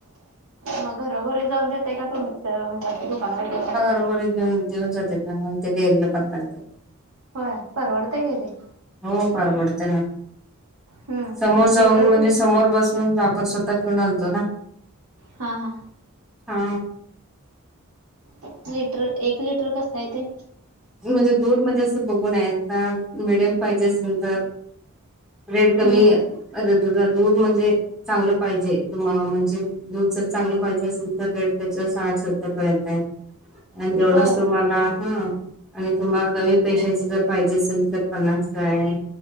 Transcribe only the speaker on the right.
म घरोघरी जाऊन देतायं का, तुमच म्हणजे दुकान वगैरे आहे?
हो, परवडतयं काय ते?
हम्म
लिटर
कसं?
हा- हा,
एक लिट, एक लिटर कसं आहे ते?
हम्म हम्म
होय